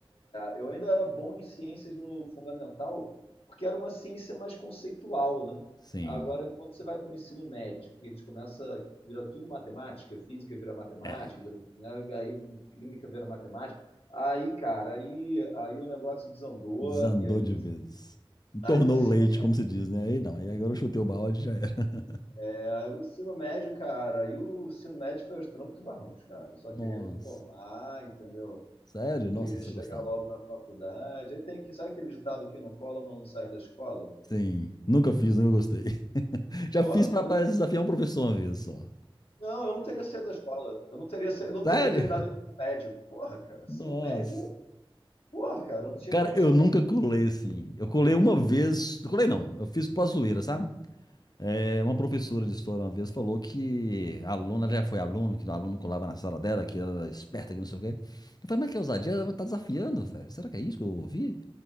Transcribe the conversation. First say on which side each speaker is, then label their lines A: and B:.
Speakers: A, on the left; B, on the left.
A: eu ainda era bom em ciências no fundamental, porque era uma ciência mais conceitual, né?
B: <laughs> Sim.
A: Agora, quando você vai para o ensino médio, que eles começam a virar tudo matemática, física vira matemática,
B: É.
A: vira, né? aí química vira matemática, aí, cara, aí, aí o negócio desandou,
B: Desandou
A: e aí
B: de
A: o, ensi-
B: vez.
A: aí
B: Tornou
A: o ensino,
B: leite, como se diz, né? Aí não, aí agora eu chutei o balde e já era. <laughs>
A: é, aí o ensino médio, cara, aí o ensino médio foi aos troncos e barrancos, cara. Eu só
B: Nossa.
A: queria me formar, entendeu?
B: Sério?
A: E
B: Nossa,
A: queria
B: você
A: chegar
B: gostava.
A: logo na faculdade. Aí tem que, sabe aquele ditado que não cola, não sai da escola?
B: Sim, nunca fiz, nunca gostei. <laughs> Já
A: Porra,
B: fiz pra
A: eu-
B: pra desafiar um professor uma vez só.
A: não, eu não teria saído da escola. Eu não teria, sa- eu não
B: Sério?
A: teria terminado o ensino médio. Porra, cara, ensino
B: Nossa.
A: médio, porra, cara, eu não tinha
B: Cara,
A: condição,
B: eu nunca
A: não.
B: colei assim. Eu colei uma vez. Colei não, eu fiz pra zoeira, sabe? É, uma professora de história uma vez falou que a aluna, ela já foi aluno, que o aluno colava na sala dela, que ela era esperta, que não sei o quê. Eu falei, mas que ousadia, ela tá desafiando, velho. Será que é isso que eu ouvi?